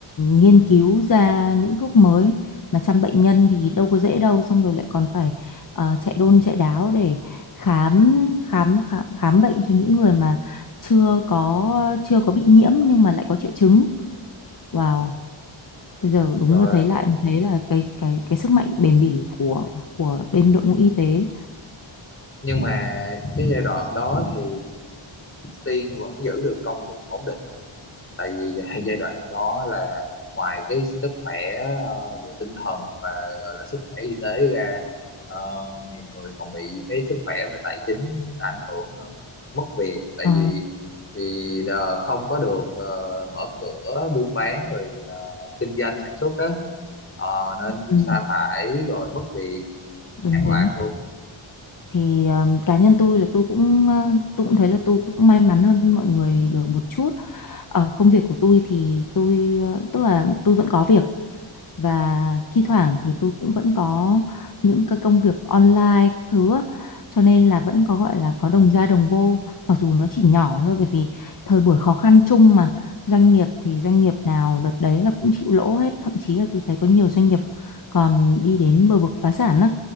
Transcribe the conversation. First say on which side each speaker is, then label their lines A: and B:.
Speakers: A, on the left (about 40°); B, on the left (about 25°).
A: nghiên cứu ra những thuốc mới mà chăm bệnh nhân thì đâu có dễ đâu xong rồi lại còn phải ờ, chạy đôn chạy đáo để khám khám khám khám bệnh cho những người mà chưa có chưa có bị nhiễm nhưng mà lại có triệu chứng wow bây giờ đúng
B: rồi
A: là thấy lại mình thấy là cái cái cái sức mạnh bền bỉ của của bên đội ngũ y tế
B: nhưng mà cái giai đoạn đó thì Tiên vẫn giữ được công việc ổn định tại vì gi- <laughs> giai đoạn đó là ngoài cái sức khỏe ờ, về tinh thần và gọi là sức khỏe y tế ra ờ, nhiều người còn bị cái sức khỏe về tài chính ảnh hưởng nữa mất việc tại
A: Ờ,
B: vì vì đờ- không có được ờ, mở cửa buôn bán rồi ờ, kinh doanh sản xuất đó Ờ, nên
A: ừ.
B: sa thải rồi mất việc ừ, hàng
A: đúng đúng
B: loạt luôn
A: thì um, cá nhân tôi là tôi cũng ờ, tôi cũng thấy là tôi cũng may mắn hơn mọi người được một chút ở công việc của tôi thì tôi ờ, tức là tôi vẫn có việc và thi thoảng thì tôi cũng vẫn có những cái công việc online các thứ á. cho nên là vẫn có gọi là có đồng ra đồng vô mặc dù nó chỉ nhỏ thôi bởi vì thời buổi khó khăn chung mà doanh nghiệp thì doanh nghiệp nào đợt đấy là cũng chịu lỗ hết thậm chí là tôi thấy có nhiều doanh nghiệp còn đi đến bờ vực phá sản á